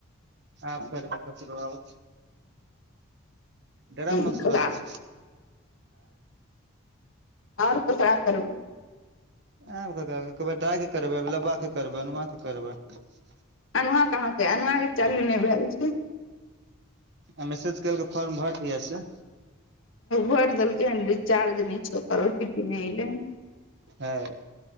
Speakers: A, on the right (about 55°); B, on the left (about 70°).
A: आब करबय ककरो आओर। ड्रम मऽ
B: ककरा
A: सऽ लऽ लिअ।
B: आओर ककरा करू <unintelligible>
A: आबै ककरा दाइ के करबै गुलबाक के करबै अनु करबै <unintelligible>
B: अनुआ कहाँके अनुआ के चालू नहि भेल छै।
A: आ मैसेज केलक फोर्म भर दिया से
B: भरि देलकै हन रिचार्ज नहि छै ओकर ओ टी पी नहि एलै हन।
A: हेय